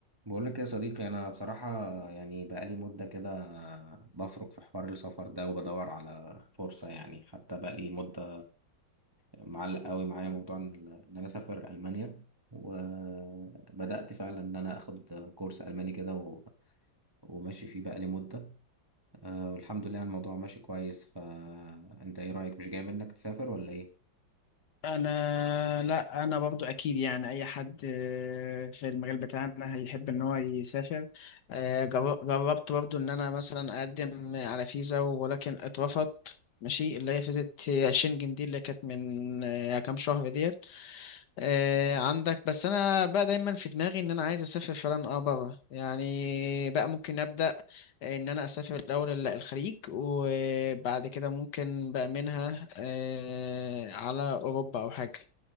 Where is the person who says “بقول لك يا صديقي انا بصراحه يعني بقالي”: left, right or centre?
Right